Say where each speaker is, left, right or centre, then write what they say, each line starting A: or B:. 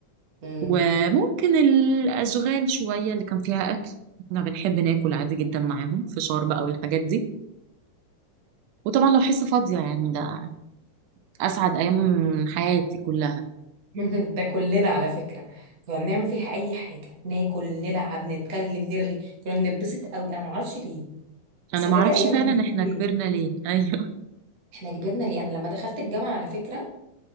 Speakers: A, on the right; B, on the right.
A: مم.
B: وممكن الأشغال شوية اللي كان فيها أكل احنا بنحب ناكل عادي جدا معاهم فشار بقى والحاجات دي وطبعا لو حصة فاضية يعني ده أسعد أيام حياتي كلها
A: <laughs> ده كلنا على فكرة كنا بنعمل فيها أي حاجة ناكل نلعب نتكلم نرغي كنا بنتبسط قوي أنا معرفش ليه بس
B: أنا
A: بجد
B: معرفش
A: أيام
B: فعلا
A: زمان
B: احنا
A: دي
B: كبرنا ليه أيوه
A: إحنا كبرنا ليه أنا لما دخلت الجامعة على فكرة